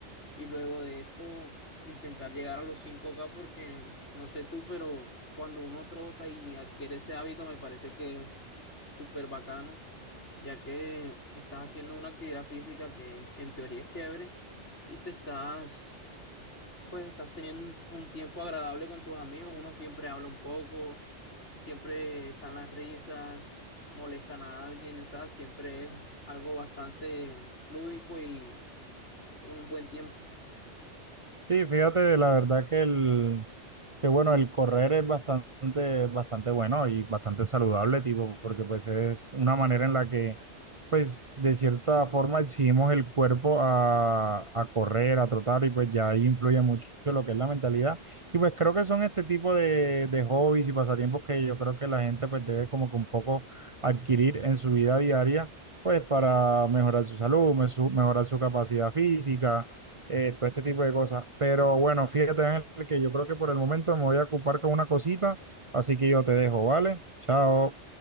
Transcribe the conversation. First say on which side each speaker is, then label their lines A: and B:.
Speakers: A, on the left (about 75°); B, on the right (about 30°).
A: y luego de esto intentar llegar a los cinco k porque no sé tú, pero cuando uno trota y adquiere ese hábito me parece que es súper bacano, ya que estás haciendo una actividad física que en teoría es chévere y te estás pues estás teniendo un, un tiempo agradable con tus amigos, uno siempre habla un poco, siempre están las risas, molestan a alguien, o sea, siempre es algo bastante lúdico y un buen tiempo.
B: Sí, fíjate, la verdad que el... Que bueno, el correr es bastante, bastante bueno y bastante saludable, tipo, porque pues es una manera en la que, pues, de cierta forma exigimos el cuerpo a, a correr, a trotar, y pues ya ahí influye mucho lo que es la mentalidad. Y pues creo que son este tipo de, de hobbies y pasatiempos que yo creo que la gente pues debe como que un poco adquirir en su vida diaria, pues para mejorar su salud, me- su- mejorar su capacidad física eh, todo este tipo de cosas. Pero bueno, fíjate, Ángel, que yo creo que por el momento me voy a ocupar con una cosita, así que yo te dejo, ¿vale? Chao.